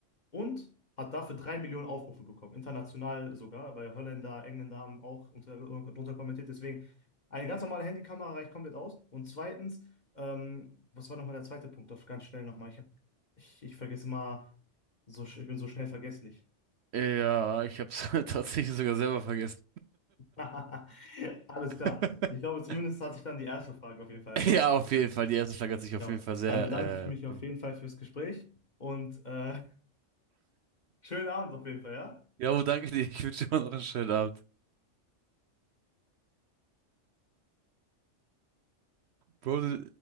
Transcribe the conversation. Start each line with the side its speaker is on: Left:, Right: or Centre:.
Left: und hat dafür drei Millionen Aufrufe bekommen, international sogar, weil Holländer, Engländer haben auch unter, drunter kommentiert. Deswegen, eine ganz normale Handykamera reicht komplett aus. Und zweitens, ähm, was war nochmal der zweite Punkt? Doch ganz schnell nochmal. Ich, hab- ich, ich vergesse mal, so, sch- ich bin so schnell vergesslich.
Right: Ja, ich hab's <laughs> tatsächlich sogar selber vergessen.
Left: <laughs> Alles
Right: <laughs>
Left: klar. Ich glaube, zumindest hat sich dann die erste Frage auf jeden Fall beantwortet.
Right: Ja, auf
Left: Ja,
Right: jeden Fall. Die erste Frage hat sich auf
Left: Ja,
Right: jeden Fall sehr,
Left: dann bedanke ich mich auf
Right: äh,
Left: jeden Fall fürs Gespräch und äh, schönen Abend auf jeden Fall, ja?
Right: ja, danke dir. Ich wünsche dir noch einen schönen Abend. Bro,